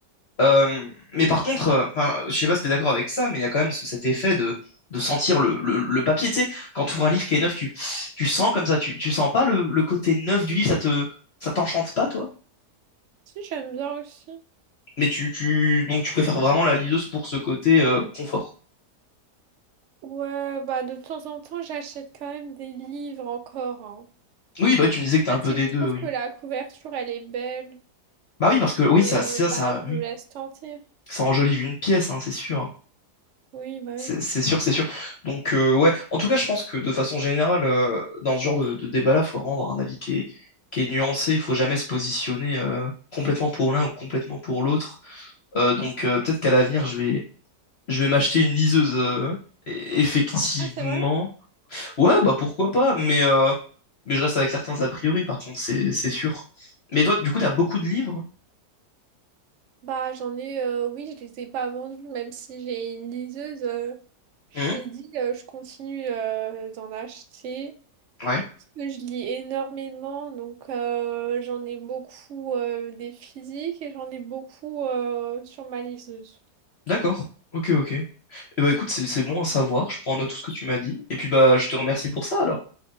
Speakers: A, on the left (about 50°); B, on the right (about 70°).
A: Euh, mais par contre, euh, enfin, je sais pas si t'es d'accord avec ça, mais il y a quand même ce- cet effet de, de sentir le, le- le papier. Tu sais, quand tu ouvres un livre qui est neuf, tu, tu sens comme ça, tu, tu sens pas le, le côté neuf du livre, ça te, ça t'enchante pas, toi.
B: Si, j'aime bien aussi.
A: Mais tu, tu, donc tu préfères vraiment la liseuse pour ce côté euh, confort.
B: Ouais, bah de temps en temps, j'achète quand même des livres encore. hein.
A: Oui, bah oui, tu me disais que t'as
B: En
A: un
B: fait,
A: peu
B: si
A: des
B: je trouve
A: deux, oui.
B: que la couverture, elle est belle,
A: Bah oui, parce que oui,
B: euh,
A: ça, ça,
B: bah
A: ça,
B: je me
A: oui,
B: laisse tenter.
A: ça enjolive une pièce, hein, c'est sûr.
B: Oui, bah
A: C'est
B: oui.
A: c'est sûr, c'est sûr. Donc, euh, ouais, en tout cas, je pense que de façon générale, euh, dans ce genre de, de débat-là, il faut vraiment avoir un avis qui est, qui est nuancé. Il faut jamais se positionner euh, complètement pour l'un ou complètement pour l'autre. Euh, donc, euh, peut-être qu'à l'avenir, je vais, je vais m'acheter une liseuse, euh, e- effectivement.
B: Ah, c'est vrai?
A: Ouais, bah pourquoi pas, mais, euh, mais je reste avec certains a priori, par contre, c'est c'est sûr. Mais toi, du coup, t'as beaucoup de livres?
B: Bah j'en ai, euh, oui, je les ai pas vendus, même si j'ai une liseuse. euh, je
A: Mhm.
B: t'ai dit, euh, je continue euh, d'en acheter.
A: Ouais.
B: Parce que je lis énormément, donc euh, j'en ai beaucoup euh, des physiques et j'en ai beaucoup euh, sur ma liseuse.
A: D'accord. Ok, ok. Eh bah écoute, c'est c'est bon à savoir. Je prends en note tout ce que tu m'as dit. Et puis bah, je te remercie pour ça alors.